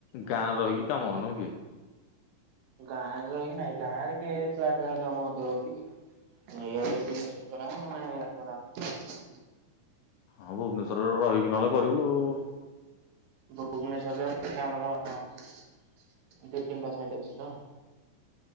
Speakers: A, on the right; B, on the left.
A: ଆଉ
B: ଗାଁ ରହିକି କାମ ନୁହଁକି?
A: ଗାଁରେ ରହିକି ନାହିଁ। ଗାଁରେ କେ ପ୍ଲା ପ୍ଲାନ୍ କାମ ମଧ୍ୟ ହଉଚି କି? ଏଇ ଆଡେ <unintelligible> କରାହବ। ନହେଲେ ନାହିଁ ଇଆଡେ କରାହବ।
B: ହଁ ଭୁବନେଶ୍ଵରରେ ରହିକି ନହେଲେ କରିବୁ ଆଉ।
A: ଭୁବନେଶ୍ୱରରେ ଅଛି ଆମର ଦି ତିନଟା ସାାଇଟ୍ ଅଛି ତ